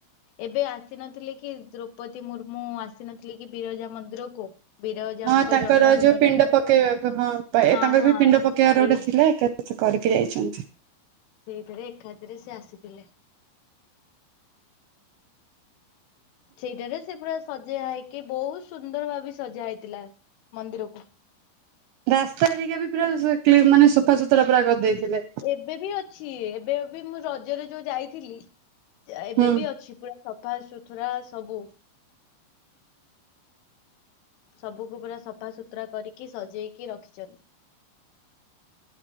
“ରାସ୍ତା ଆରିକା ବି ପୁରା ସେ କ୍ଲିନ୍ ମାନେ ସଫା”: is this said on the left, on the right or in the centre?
Right